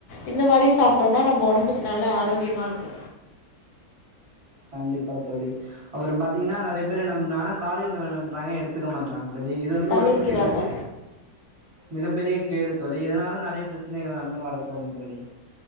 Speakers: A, on the left; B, on the right.
A: இந்த மாரி சாப்ட்டோன்னா நம்ப ஒடம்புக் கு நல்லா ஆரோக்கியமா இருக்கு
B: கண்டிப்பா தோழி அப்பறம் பாத்தீங்கன்னா நறைய பேர் என்ன பண்ணாங்க காலை உணவ என்னா பண்றாங்க எடுத்துக்க மாட்றாங் தோழி இது வந்து
A: தவிர்க்கிறாங்க
B: உடம்புக்கு என்னா ஆவ்து மிகப்பெரிய கேடு தோழி இதனால நிறைய பிரச்சனைகள் நம்ளும் வரக்கூடும் தோழி